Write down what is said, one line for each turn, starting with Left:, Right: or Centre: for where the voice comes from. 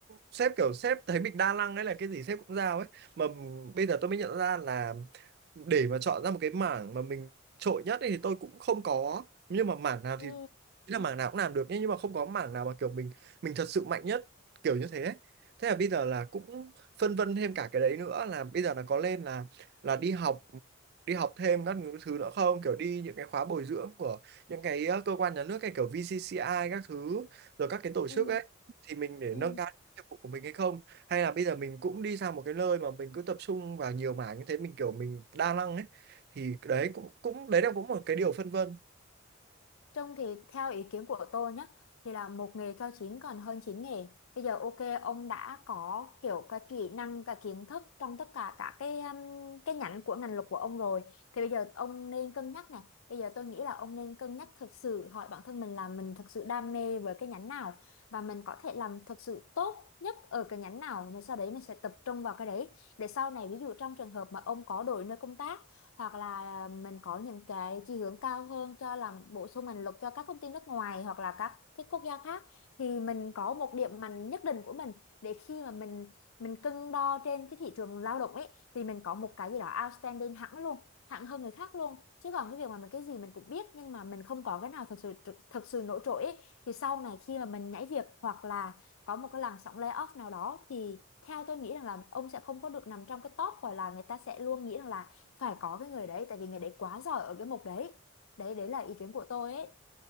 Right: sếp kiểu sếp thấy mình đa năng đấy là cái gì sếp cũng giao ấy mà bây giờ tôi mới nhận ra là để mà chọn ra một cái mảng mà mình trội nhất ấy thì tôi cũng không có nhưng mà mảng nào
Left: ừ
Right: thì ý là mảng nào cũng làm được nhé nhưng mà không có mảng nào mà kiểu mình mình thật sự mạnh nhất kiểu như thế ấy. thế là bây giờ là cũng phân vân thêm cả cái đấy nữa là bây giờ là có lên là là đi học đi học thêm các thứ nữa không kiểu đi những cái khóa bồi dưỡng của những cái ờ, cơ quan nhà nước hay kiểu VCCI các thứ rồi các cái tổ
Left: ừ
Right: chức ấy thì mình để
Left: ừ
Right: nâng cao nghiệp vụ của mình hay không hay là bây giờ mình cũng đi sang một cái nơi mà mình cứ tập trung vào nhiều mảng như thế mình kiểu mình đa năng ấy thì đấy cũng cũng đấy là cũng một cái điều phân vân
Left: Trông thì theo ý kiến của tôi nhé thì là một nghề cho chín còn hơn chín nghề. Bây giờ ok ông đã có kiểu cái kỹ năng cái kiến thức trong tất cả các cái um, cái nhánh của ngành luật của ông rồi thì bây giờ ông nên cân nhắc này. Bây giờ tôi nghĩ là ông nên cân nhắc thực sự hỏi bản thân mình là mình thực sự đam mê với cái nhánh nào và mình có thể làm thực sự tốt nhất ở cái nhánh nào mình sau đấy mình sẽ tập trung vào cái đấy để sau này ví dụ trong trường hợp mà ông có đổi nơi công tác hoặc là mình có những cái chỉ hướng cao hơn cho làm bổ sung mình lực cho các công ty nước ngoài hoặc là các cái quốc gia khác thì mình có một điểm mạnh nhất định của mình để khi mà mình mình cân đo trên cái thị trường lao động ấy thì mình có một cái gì đó outstanding hẳn luôn hẳn hơn người khác luôn chứ còn cái việc mà mình cái gì mình cũng biết nhưng mà mình không có cái nào thực sự thực, thực sự nổi trội ấy thì sau này khi mà mình nhảy việc hoặc là có một cái làn sóng layoff nào đó thì theo tôi nghĩ rằng là ông sẽ không có được nằm trong cái top gọi là người ta sẽ luôn nghĩ rằng là phải có cái người đấy tại vì người đấy quá giỏi ở cái mục đấy đấy đấy là ý kiến của tôi ấy